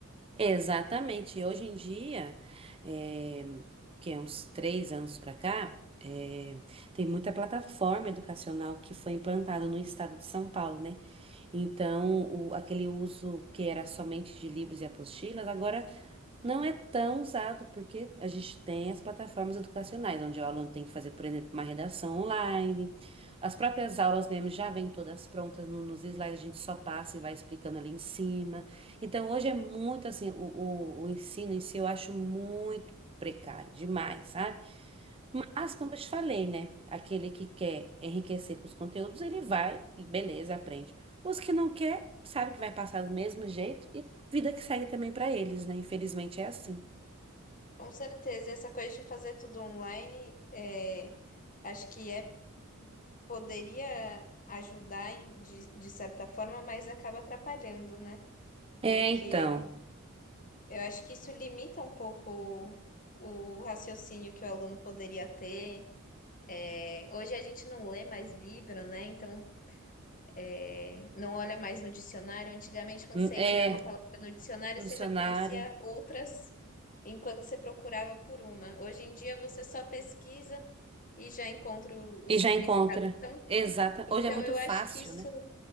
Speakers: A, on the right; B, on the left.
A: exatamente. Hoje em dia, eh, que é uns três anos para cá, eh, tem muita plataforma educacional que foi implantada no estado de São Paulo, né? Então, o- aquele uso que era somente de livros e apostilas, agora não é tão usado, porque a gente tem as plataformas educacionais, onde o aluno tem que fazer, por exemplo, uma redação online. As próprias aulas mesmo já vêm todas prontas no- nos slides, a gente só passa e vai explicando ali em cima. Então, hoje é muito assim, o, o, o ensino em si eu acho muito precário, demais, sabe? Mas, como eu te falei, né? Aquele que quer enriquecer com os conteúdos, ele vai, beleza, aprende. Os que não quer, sabe que vai passar do mesmo jeito e vida que segue também para eles, né? Infelizmente é assim.
B: Com certeza, essa coisa de fazer tudo online, é, acho que é, poderia ajudar em- de, de certa forma, mas acaba atrapalhando, né?
A: É,
B: Porque
A: então,
B: eu acho que isso limita um pouco o, o raciocínio que o aluno poderia ter. É, hoje a gente não lê mais livro, né? Então É, não olha mais no dicionário. Antigamente, quando
A: hum,
B: você
A: é
B: ia olhar uma palavra no dicionário,
A: missionário
B: você já conhecia outras enquanto você procurava por uma. Hoje em dia, você só pesquisa e já encontra o,
A: e
B: o significado.
A: já encontra. Exata.
B: Então,
A: Hoje é muito
B: eu
A: fácil,
B: acho que isso
A: né?